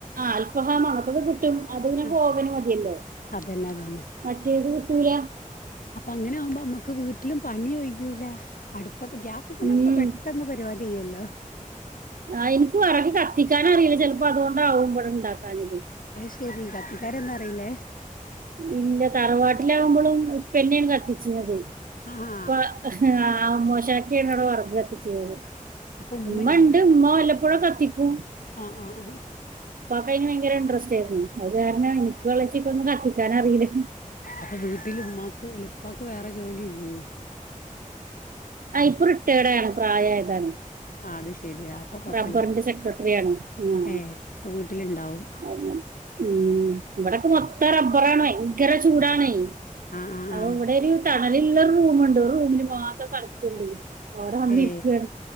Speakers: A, on the right; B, on the left.
A: ആൽഫഹാം അങ്ങത്തൊക്കെ കിട്ടും അത് പിന്നെ
B: ആ
A: കോവന് മതിയല്ലോ
B: അതന്നെ അതന്നെ
A: മറ്റേത് കിട്ടൂല
B: അപ്പൊ അങ്ങനെ ആവുമ്പോ മ്മക്ക് വീട്ടിലും പണി ഒഴ്യൂല്ല അടുപ്പത് ഗ്യാസ് പ്പ്ലാവുമ്പൊ
A: ഉം
B: പെട്ടെന്ന് പരിപാടിയ്യുല്ലോ
A: ആഹ ഇൻക്ക് വറക്ക് കത്തിക്കാനറീല ചെലപ്പോ അതുകൊണ്ടാവും ബടെ ഇണ്ടാക്കാഞത്.
B: അഹ് ശെരി കത്തിക്കാരന്നും അറിയില്ലേ
A: ഇല്ല തറവാട്ടിലാകുമ്പോളും ഉപ്പന്നെണ് കത്തിച്ചിന്നത്
B: ആഹ്
A: പ്പ ആഹ അമ്മോശക്കെണ് അവ്ടെ വർകതീച്ചീർന്നത്
B: അപ്പൊ ഉമ്മല്ലേ
A: ഇമ്മണ്ട് ഇമ്മ വല്ലപ്പോഴോ കത്തിക്കും.
B: ആഹ് ആഹ് ആഹ്
A: പ്പക്കയിന് ഭയങ്കര ഇൻട്രസ്റ്റേന്നു അത് കാരണ നിക്കും എളെച്ചിക്കൊന്നും കത്തി ക്കാനറീലാ.
B: അപ്പ വീട്ടില് ഉമ്മാക്ക് ല്ല ഇപ്പാക്ക് വേറെ ജോലി ഇല്ലേ.
A: ആഹ് ഇപ്പ റിട്ടേടാണ് പ്രായായതാണ്.
B: ആത് ശെരിയാ അപ്പൊ കൊഴപ്പല്ല
A: റബ്ബറിന്റെ സെക്രട്ടറിയാണ് ഉം
B: ഏ അപ്പൊ വീട്ടിലുണ്ടാവും
A: അയന്നെ. ഉം ഇവടക്കെ മൊത്തം റബ്ബറാണെ ഉഗ്രര ചൂടാണെ
B: ആ ആ
A: അപ്പൊ
B: ആ
A: ഇവിടെ ഒരു തണല്ള്ളൊരു റൂമുണ്ട് ഒരു റൂമില് മാത്ര തണ്പ്പ്ണ്ട്. ഓടെ വന്നിരിക്കാണ്
B: ഏ